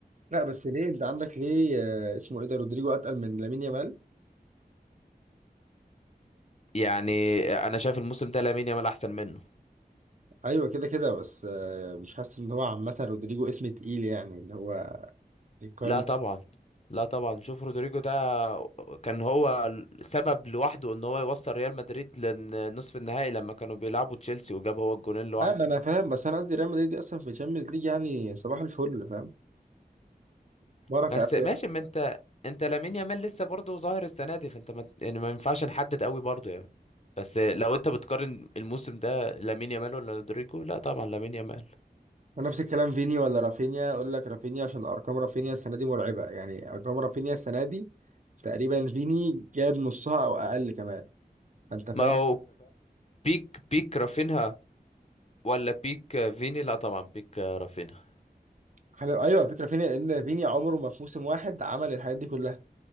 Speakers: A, on the right; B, on the left.
A: لا بس ليه انت عندك ليه آه، اسمه ايه ده رودريجو اتقل من لامين يامال
B: يعني انا شايف الموسم ده لامين يامال احسن منه
A: ايوه كده كده بس آه، مش حاسس ان هو عامه رودريجو اسم تقيل يعني اللي هو يتقارن
B: لا طبعا لا طبعا شوف رودريجو ده كان هو سبب لوحده ان هو يوصل ريال مدريد لنصف النهائي لما كانوا بيلعبوا تشيلسي وجاب هو الجونين لوحده
A: اه ما انا فاهم بس انا قصدي ريال مدريد دي اصلا في الشامبيونز ليج يعني صباح الفل فاهم بركه
B: بس
A: قوي
B: ماشي ما انت انت لامين يامال لسه برضه ظاهر السنه دي فانت ما يعني ما ينفعش نحدد قوي برضه يعني بس لو انت بتقارن الموسم ده لامين يامال ولا رودريجو لا طبعا لامين يامال
A: ونفس الكلام فيني ولا رافينيا اقول لك رافينيا عشان ارقام رافينيا السنه دي مرعبه يعني ارقام رافينيا السنه دي تقريبا فيني جاب نصها او اقل كمان انت فاهم
B: ما هو بيك بيك رافينها ولا بيك فيني لا طبعا بيك رافينها
A: حلو ايوه على فكره رافينيا لان فيني عمره ما في موسم واحد عمل الحاجات دي كلها